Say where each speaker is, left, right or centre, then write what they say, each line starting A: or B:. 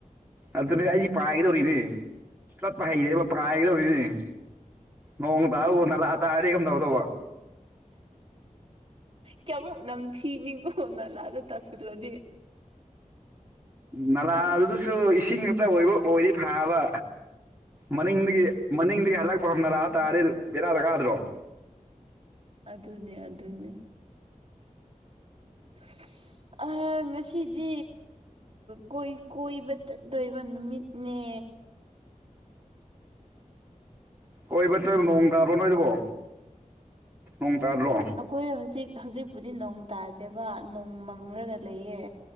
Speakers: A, on the right (about 15°); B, on the right (about 45°).
A: ꯑꯗꯨꯅꯦ ꯑꯩ ꯄꯥꯥꯏꯒꯗꯧꯔꯤꯅꯦ ꯆꯠꯄ ꯍꯩꯔꯦꯕ ꯄꯏꯒꯗꯧꯔꯤꯅꯦ ꯅꯣꯡ ꯇꯥꯕꯨ ꯅꯂꯥ ꯇꯥꯗꯤ ꯀꯝꯗꯧ ꯗꯧꯕ
B: ꯀꯌꯥꯃꯨꯛ ꯅꯝꯊꯤ ꯅꯤꯀ‌ꯣ ꯅꯂꯥꯗ ꯇꯥꯁꯜꯂꯗꯤ
A: ꯅꯂꯥ ꯑꯗꯨꯗꯁꯨ ꯏꯁꯤꯡ ꯉꯛꯇ ꯑꯣꯏꯕ ꯑꯣꯏꯔꯤ ꯐꯥꯕ ꯃꯅꯤꯡꯗꯒꯤ ꯃꯅꯤꯡꯗꯒꯤ ꯍꯜꯂꯛꯄ ꯅꯂꯥ ꯇꯥꯔꯗꯤ ꯕꯦꯔꯥꯗ ꯀꯥꯗ꯭ꯔꯣ
B: ꯑꯗꯨꯅꯦ ꯑꯗꯨꯅꯦ <unintelligible> ꯑꯍꯥ ꯉꯁꯤꯗꯤ ꯀꯣꯏ ꯀꯣꯏꯕ ꯆꯠꯇꯣꯏꯕ ꯅꯨꯃꯤꯠꯅꯦ
A: ꯀꯣꯏꯕ ꯆꯠ ꯅꯣꯡ ꯇꯥꯕ꯭ꯔꯣ ꯅꯣꯏꯗꯨꯕꯣ ꯅꯣꯡ ꯇꯥꯗ꯭ꯔꯣ
B: ꯑꯈꯣꯏ ꯍꯧꯖꯤꯛ ꯍꯧꯖꯤꯛꯄꯨꯗꯤ ꯅꯣꯡ ꯇꯥꯗꯦꯕ ꯅꯣꯡ ꯃꯪꯔꯒ ꯂꯩꯌꯦ